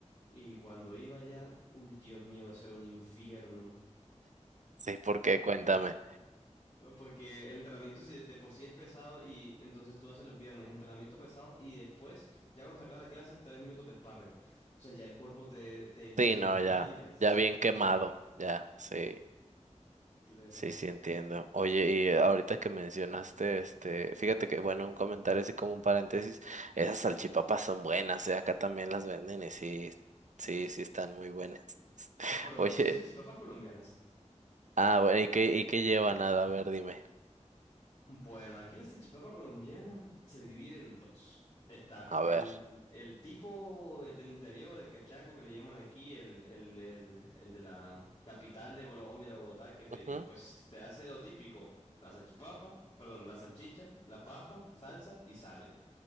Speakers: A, on the left (about 40°); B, on the right (about 90°).
A: Y cuando iba allá, uy Dios mío, eso era un infierno.
B: sí, porque cuéntame.
A: ¿no? Porque el entrenamiento sí- de por sí es pesado y entonces tú haces los viernes entrenamiento pesado y después, ya cuando se acaba la clase, tres minutos de sparring. O sea, ya el cuerpo te, te,
B: Sí,
A: o sea,
B: no,
A: no podías.
B: ya, ya bien quemado, ya, sí.
A: Claro.
B: Sí, sí, entiendo. Oye, y eh, ahorita que mencionaste, este, fíjate que, bueno, un comentario así como un paréntesis, esas salchipapas son buenas, eh, acá también las venden y sí, sí, sí están muy buenas. <laughs>
A: Ah, pero
B: Oye,
A: son salchipapas colombianas.
B: ah, bueno, ¿y qué, y qué lleva nada? A ver, dime.
A: Bueno, aquí la salchipapa colombiana se divide en dos. Está
B: A ver.
A: el, el tipo del interior, el cachaco que le llaman aquí, el, el, el, el de la capital de Colombia, de Bogotá, que te,
B: Ujú.
A: pues, te hace lo típico, la salchipapa, perdón, la salchicha, la papa, salsa y sale.